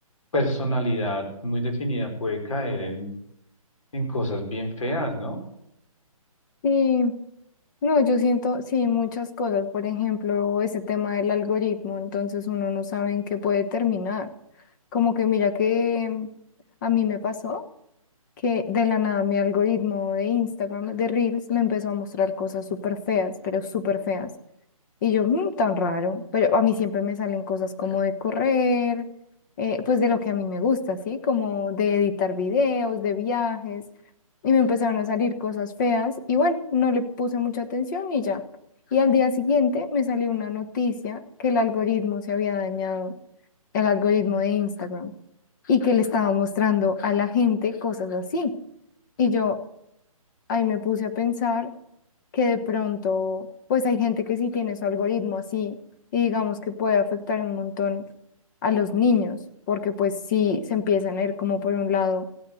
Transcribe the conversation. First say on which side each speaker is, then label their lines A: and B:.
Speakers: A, on the left; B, on the left.
A: personalidad muy definida puede caer en, en cosas bien feas, ¿no?
B: Sí, No, yo siento, sí, muchas cosas. Por ejemplo, ese tema del algoritmo, entonces uno no sabe en qué puede terminar. Como que mira que a mí me pasó que de la nada mi algoritmo de Instagram, de Reels, me empezó a mostrar cosas súper feas, pero súper feas. Y yo, "Mm, tan raro, pero a mí siempre me salen cosas como de correr, eh, pues de lo que a mí me gusta, ¿sí? Como de editar videos, de viajes, y me empezaron a salir cosas feas y bueno, no le puse mucha atención y ya. Y al día siguiente me salió una noticia que el algoritmo se había dañado, el algoritmo de Instagram, y que le estaba mostrando a la gente cosas así. Y yo ahí me puse a pensar que de pronto, pues hay gente que sí tiene su algoritmo así y digamos que puede afectar un montón a los niños, porque pues si se empiezan a ir como por un lado,